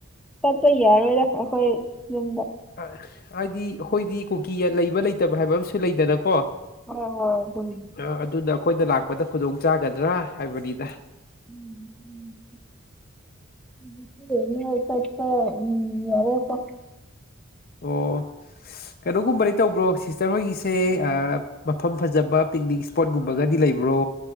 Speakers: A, in the centre; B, on the left.
A: ꯆꯠꯄ ꯌꯥꯏꯔꫭꯏꯗ ꯑꯈꯣꯏ ꯌꯨꯝꯗ꯫
B: ꯑ ꯍꯥꯏꯗꯤ ꯑꯈꯣꯏꯗꯤ ꯀꯨꯀꯤꯒ ꯂꯩꯕ ꯂꯩꯇꯕ ꯍꯥꯏꯕꯃꯁꯨ ꯂꯩꯗꯅ ꯀꯣ꯫
A: ꯍꯣꯏ-ꯍꯣꯏ <unintelligible>
B: ꯑ ꯑꯗꯨꯅ ꯑꯈꯣꯏꯗ ꯂꯥꯛꯄꯗ ꯈꯨꯗꯣꯡ ꯆꯥꯒꯗ꯭ꯔꯥ ꯍꯥꯏꯕꯅꯤꯗ꯫
A: <inaudible> <inaudible>
B: ꯑꯣ ꯁꯤ ꯀꯩꯅꯣꯒꯨꯝꯕꯗꯤ ꯇꯧꯕ꯭ꯔꯣ ꯁꯤꯁꯇꯔ ꯍꯣꯏꯒꯤꯁꯦ ꯑꯥ ꯃꯐꯝ ꯐꯖꯕ ꯄꯤꯛꯅꯤꯛ ꯏꯁꯄꯣꯠꯀꯨꯝꯕꯒꯗꯤ ꯂꯩꯕ꯭ꯔꯣ꯫